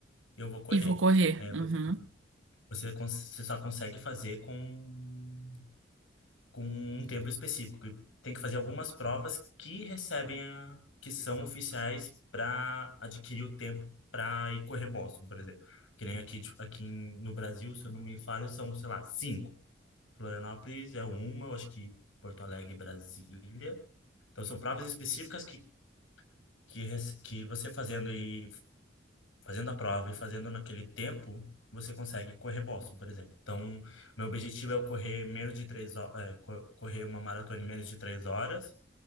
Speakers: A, on the left (about 85°); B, on the right (about 80°).
A: eu vou correr.
B: E vou correr.
A: É, vo-
B: Uhum.
A: você, cons- você só consegue fazer com com um tempo específico. E Tem que fazer algumas provas que recebem a, que são oficiais para adquirir o tempo para ir correr Boston, por exemplo. Que nem aqui, tipo, aqui em- no Brasil, se eu não me falho, são, sei lá, cinco. Florianópolis é uma, eu acho que Porto Alegre e Brasília. Então são provas específicas que, que, rece- que você fazendo e fazendo a prova e fazendo naquele tempo, você consegue correr Boston, por exemplo. Então, meu objetivo é eu correr menos de três horas, correr uma maratona em menos de três horas,